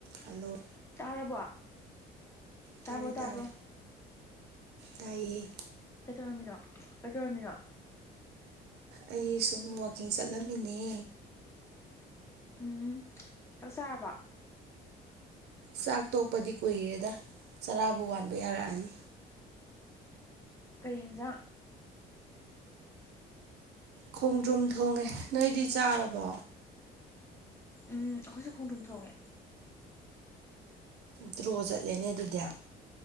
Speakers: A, on the right (about 75°); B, on the left (about 15°).
A: hello
B: ꯇꯥꯔꯕꯣ ꯇꯥꯕ꯭ꯔꯣ
A: ꯇꯥꯔꯦ
B: ꯇꯥꯕ꯭ꯔꯣ
A: ꯇꯥꯔꯦ ꯇꯥꯏꯌꯦ
B: ꯀꯩꯗꯧꯔꯝꯃꯤꯅꯣ ꯀꯩꯗꯧꯔꯝꯃꯤꯅꯣ
A: ꯑꯩ ꯁꯨꯝ ꯋꯥꯛꯀꯤꯡ ꯆꯠꯂꯝꯃꯤꯅꯦ
B: ꯎꯝ ꯆꯥꯛ ꯆꯥꯔꯕꯣ
A: ꯆꯥꯛ ꯇꯣꯛꯄꯗꯤ ꯀꯨꯏꯔꯦꯗ ꯆꯔꯥꯕꯨ ꯋꯥꯟꯕ ꯌꯥꯔꯛꯑꯅꯤ
B: ꯀꯩ ꯍꯦꯟꯖꯥꯡ
A: ꯈꯣꯡꯗ꯭ꯔꯨꯝ ꯊꯣꯡꯉꯦ ꯅꯣꯏꯗꯤ ꯆꯥꯔꯕꯣ
B: ꯎꯝ ꯑꯩꯈꯣꯏꯁꯨ ꯈꯣꯡꯗ꯭ꯔꯨꯝ ꯊꯣꯡꯉꯦ
A: ꯗ꯭ꯔꯣ ꯆꯠꯂꯦꯅꯦ ꯑꯗꯨꯗꯤ